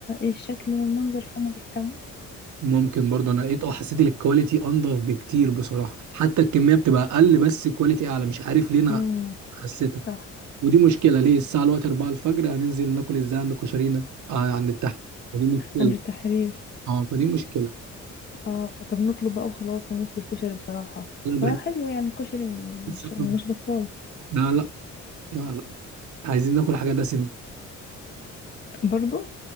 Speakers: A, on the left (about 35°); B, on the right (about 70°).
A: الشكل والمنظر فهم بيهتموا
B: ممكن برضه انا لقيت اه حسيت إن الكواليتي انضف بكتير بصراحه حتى الكميه بتبقى اقل بس كواليتي اعلى مش عارف ليه انا
A: امم
B: حسيت
A: صح
B: ودي مشكلة ليه الساعة دلوقتي 4 الفجر هننزل ناكل ازاي عند كشرينا آه عند التحت فدي مشكلة
A: عند التحرير
B: اه فدي مشكلة
A: اه طب نطلب بقى وخلاص انا نفسي في كشري بصراحه
B: لا بقى
A: فحلو يعني الكشري
B: بس
A: مش
B: آكل-
A: مش بطال
B: لا لا لا لا عايزين ناكل حاجة دسمة
A: برضو